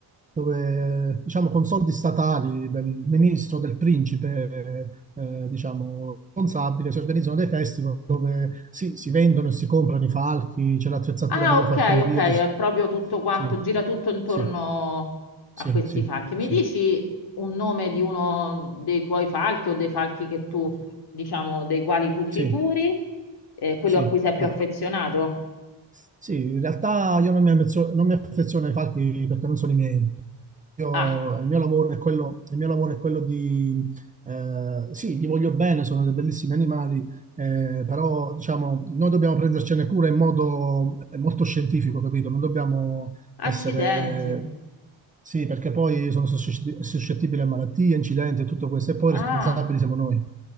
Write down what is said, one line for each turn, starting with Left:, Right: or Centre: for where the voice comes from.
Right: dove diciamo con soldi statali del ministro, del principe, eh, diciamo, responsabile, si organizzano dei festival dove sì, si vendono e si comprano i falchi, c'è l'attrezzatura
Left: Ah,
Right: per
Left: ok,
Right: la falconeria,
Left: ok, è
Right: ci s-
Left: proprio tutto quanto,
Right: sì,
Left: gira tutto intorno
Right: sì, sì,
Left: a questi
Right: sì,
Left: falchi. Mi
Right: sì,
Left: dici un nome di uno dei tuoi falchi o dei falchi che tu, diciamo, dei quali tu ti
Right: sì,
Left: curi, eh, quello
Right: sì.
Left: a cui sei
Right: sì,
Left: più
Right: Ah,
Left: affezionato?
Right: Sì, in realtà io non mi, ammezzo- non mi affeziono ai falchi perché non sono i miei. Io-
Left: Ah,
Right: il mio lavoro è quello, il mio lavoro è quello di... eh, sì, gli voglio bene, sono dei bellissimi animali, eh, però diciamo, noi dobbiamo prendercene cura in modo eh, molto scientifico, capito? Non dobbiamo essere...
Left: accidenti.
Right: Sì, perché poi sono suscetti- suscettibili a malattie, incidenti e tutto questo, e poi
Left: Ah.
Right: responsabili siamo noi.